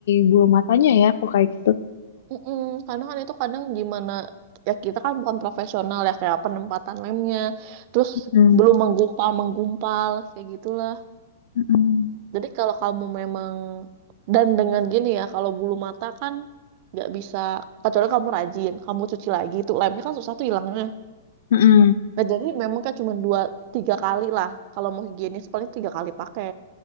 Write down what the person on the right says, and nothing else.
Mm-mm, karena kan itu kadang gimana ya kita kan bukan profesional ya kayak penempatan lemnya terus
belum menggumpal menggumpal kayak gitulah
jadi kalau kamu memang dan dengan gini ya kalau bulu mata kan nggak bisa kecuali kamu rajin kamu cuci lagi itu lemnya kan susah tuh hilangnya
nah jadi memang kayak cuma dua tiga kali lah kalau mau higienis paling tiga kali pakai